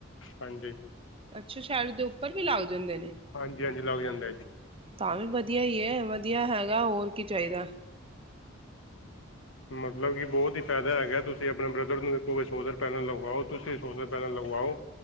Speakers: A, on the left; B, on the right.
A: ਹਾਂਜੀ।
B: ਅੱਛਾ, ਛੈਡ ਦੇ ਉੱਪਰ ਵੀ ਲੱਗ ਜਾਂਦੇ ਨੇ।
A: ਹਾਂਜੀ ਹਾਂਜੀ ਲੱਗ ਜਾਂਦਾ ਜੀ
B: ਤਾਂ ਵੀ ਵਧੀਆ ਈ ਐ। ਵਧੀਆ ਹੈਗਾ, ਹੋਰ ਕੀ ਚਾਈਦਾ।
A: ਮਤਲਬ ਕਿ ਬੋਤ ਈ ਫੈਦਾ ਹੈਗਾ, ਤੁਸੀਂ ਆਪਣੇ ਬ੍ਰਦਰ ਨੂੰ ਵੀ ਕਹੋ ਸੋਲਰ ਪੈਨਲ ਲਗਵਾਓ, ਤੁਸੀਂ ਸੋਲਰ ਪੈਨਲ ਲਗਵਾਓ।